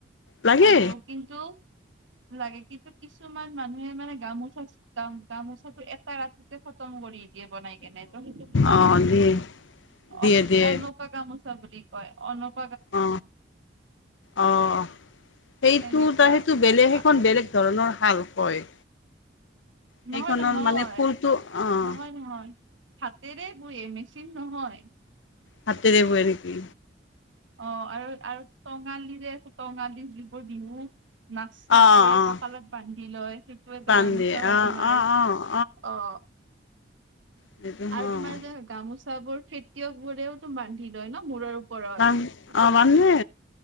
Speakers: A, on the left; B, on the right.
A: লাগে
B: আৰু কিন্ত লাগে কিন্তু কিছুমান মানুহে মানে গামোচা গামোচাটো এটা ৰাতিতে খতম কৰি। বনাই কেনোই ত সেইটো তোমাৰ
A: অঁ দিয়ে দিয়ে
B: অ
A: দিয়ে
B: অনকা কাম বুলি কয় অলপ
A: অ অ সেইটো
B: সেনেকুৱা
A: তাৰ সেইটো বেলেগ
B: আ,
A: সেইখন বেলেগ ধৰণৰ হাল কয়। সেইখনৰ
B: নহয় নহয়
A: মানে ফুলটো অঁ
B: নহয়, নহয়। হাতেৰে বয়ে মেচিন নহয়।
A: হতেতে পয় নেকি।
B: অ আৰু আৰু টঙালি যে আছে টঙালি যিবোৰ বিহু নাক্চাবোৰে
A: অ', অ',
B: কঁকালত বান্ধি লয়। সেইটো এটা
A: বাম
B: গামোচা
A: দিয়ে
B: হয়
A: অ',
B: তোমাৰ
A: অ', অ',
B: অ
A: সেইটো
B: আৰু
A: অ',
B: তোমাৰ যে গামোচা বোৰ খেতিয়ক বোৰেও তুম বান্ধি লয় ন মূৰৰ ওপৰত
A: বান
B: সেইটোক
A: অ বানে